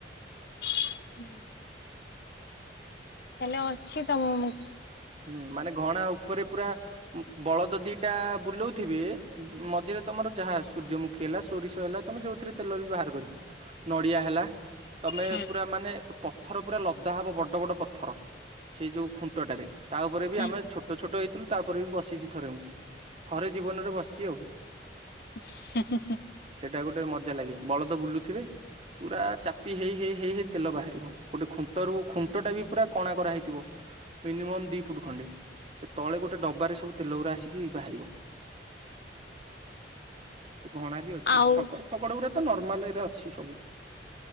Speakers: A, on the left (about 60°); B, on the right (about 35°).
A: ହୁଁ। ତାହେଲେ ଅଛି ତମ ମୁ
B: ହୁଁ ମାନେ ଘଣା ଉପରେ ପୁରା ବଳଦ ଦିଟା ବୁଲେଉଥିବେ ମଝିରେ ତମର ଯାହା ସୂର୍ଯ୍ୟମୁଖୀ ହେଲା, ସୋରିଷ ହେଲା ତମେ ଯୋଉଥିରେ ତେଲ ବି ବାହାର କରିବ। ନଡିଆ ହେଲା ତମେ
A: ହୁଁ
B: ପୁରା ମାନେ ପଥର ପୁରା ଲଦା ହବ ବଡ ବଡ ପଥର। ସେଇ ଯୋଉ ଖୁଣ୍ଟଟାରେ ତା ଉପରେ ବି
A: ହୁଁ।
B: ଆମେ ଛୋଟ ଛୋଟ ଛୋଟ ହେଇଥିଲୁ ତାପରେ ବି ବସିଛି। ଥରେ ମୁଁ ଥରେ ଜୀବନ ରେ ବସିଛି ଆଉ।
A: <inaudible>
B: ସେଟା ଗୋଟେ ମଜା ଲାଗେ। ବଳଦ ବୁଲୁଥିବେ। ପୁରା ଚାପି ହେଇ ହେଇ ହେଇ ହେଇ ତେଲ ବାହାରିବ। ଗୋଟେ ଖୁଣ୍ଟରୁ ଖୁଣ୍ଟ ଟା ବି ପୁରା କଣା କରା ହେଇଥିବ। ମିନିମମ୍ ଦି ଫୁଟ ଖଣ୍ଡେ ସେ ତଳେ ଗୋଟେ ଡବାରେ ସବୁ ତେଲ ଗୁରା ଆସିକି ବାହାରିବ। ଘଣା ବି ଅଛି
A: ଆଉ
B: ଶଗଡ ଫଗଡଗୁରେ ତ ନର୍ମାଲରେ ଅଛି ସବୁ।